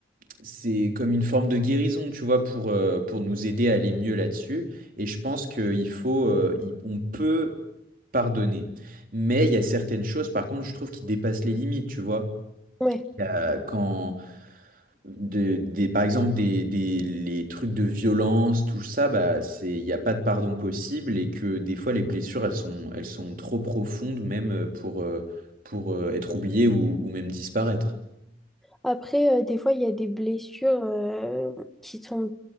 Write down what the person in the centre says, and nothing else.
Ouais.
Après, euh, des fois, il y a des blessures euh, qui sont